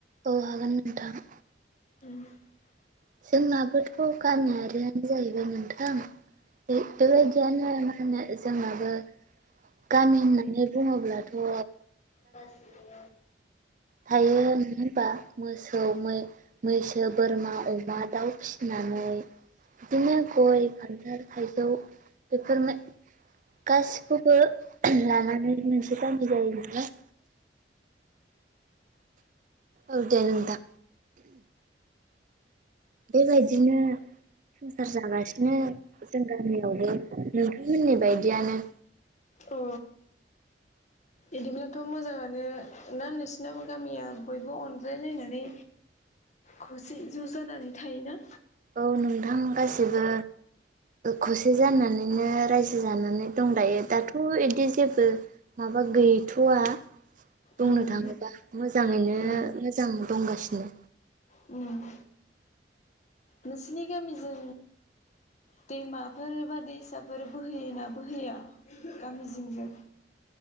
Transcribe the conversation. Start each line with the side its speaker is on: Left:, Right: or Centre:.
Right: औ हागोन नोंथां।
Left: <unintelligible>
Right: जोंनाबोथ' गामियारियानो जाहैबाय नोंथां बे बेबायदियानो मा होनो जोंनाबो गामि होननानै बुङोब्लाथ'
Left: गासिबो
Right: थायो होनबा मोसौ मैसो बोरमा अमा मा दाउ फिसिनानै बिदिनो गय खान्थाल थाइजौ बेफोरनो गासिखौ बो लानानै मोनसे गामि जायो नालाय औ देे नोंथां बेबायदिनो संसार जागासिनो जों गामियावबो नोंथांमोननि बायदियानो
Left: अ इदिब्ला थ' मोजाङानो ना नोंसिनाबो गामिया बयबो अनज्लायलायनानै खौसे ज' जानानै थायोना
Right: औ नोंथां गासिबो खौसे जानानैनो रायजो जानानै दं दायो दाथ' बिदि जेबो माबा गैथ'वा बुंनो
Left: उम
Right: थाङोबा मोजाङैनो
Left: उम
Right: मोजां दंगासिनो
Left: उम नोंसिनि गामिजों दैमाफोर बा दैसा फोर बोहैयोना बोहैया गामि जिंजों